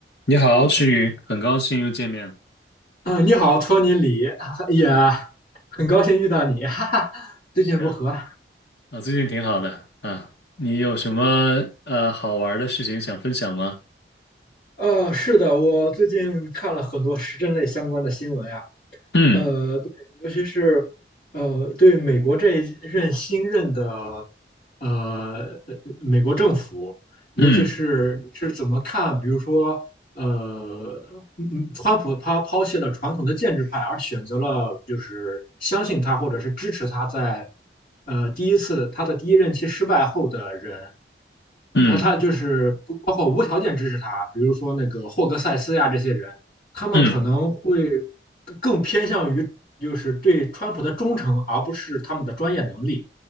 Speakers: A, on the left (about 75°); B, on the left (about 50°).
A: 你好，诗雨，很高兴又见面了。
B: 嗯，呃你好，托尼李，<laughs> 也
A: 嗯哼，
B: 很高兴遇到你，<laughs> 哈哈。最近如何？
A: 是啊，啊，最近挺好的啊。你有什么呃好玩儿的事情想分享吗？
B: 呃，是的，我最近看了很多时政类相关的新闻啊。
A: 嗯
B: 呃，对，尤其是呃，对美国这一任新任的呃呃美国政府，尤其是你是怎么看？
A: 嗯
B: 比如说，呃，嗯嗯川普他抛弃了传统的建制派，而选择了就是相信他或者是支持他在呃第一次他的第一任期失败后的人，
A: 嗯
B: 然后他就是不包括无条件支持他，比如说那个霍格塞斯呀这些人，他们可能会
A: 嗯
B: 更更偏向于就是对川普的忠诚，而不是他们的专业能力，